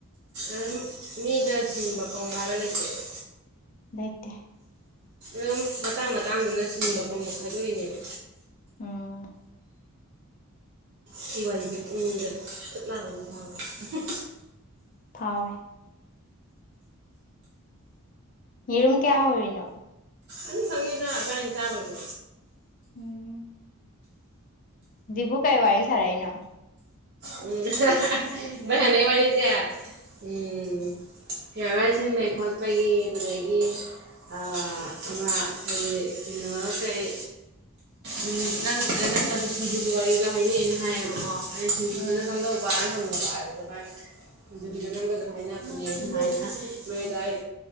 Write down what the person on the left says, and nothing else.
ꯂꯩꯇꯦ
ꯎꯝ
ꯊꯥꯎꯋꯦ ꯌꯦꯔꯨꯝ ꯀꯌꯥ ꯍꯧꯔꯤꯅꯣ
ꯎꯝ ꯗꯤꯄꯨ ꯀꯩ ꯋꯥꯔꯤ ꯁꯥꯔꯩꯅꯣ
ꯎꯝ